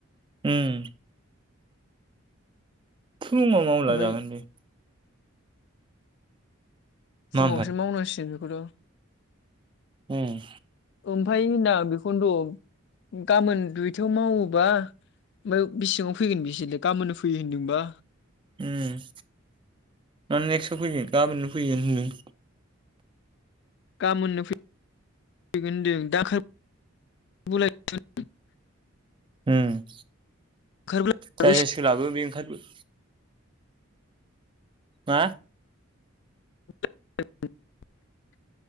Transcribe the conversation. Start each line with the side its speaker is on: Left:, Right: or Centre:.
Right: उम। फुङाव मावला
Left: ओमफ्राय
Right: जागोन दे। मा
Left: फुङावसो मावनांसिगोन। <unintelligible>
Right: उम।
Left: ओमफाय होनदां बेखौनोथ' गाबोन दुइथायाव मावोबा ओमफ्राय बिसेङाव फैगोन बिसोरलै गाबोननो फैयो होनदोंबा।
Right: उम ना नेक्स्टआव फैगोन गाबोननो फैगोन होनदों।
Left: गामोननो फै फैगोन होनदों दा <unintelligible>
Right: उम।
Left: ओंखारबोला
Right: जाय जाय सोलाबो बे ओंखारबो। मा
Left: <inaudible>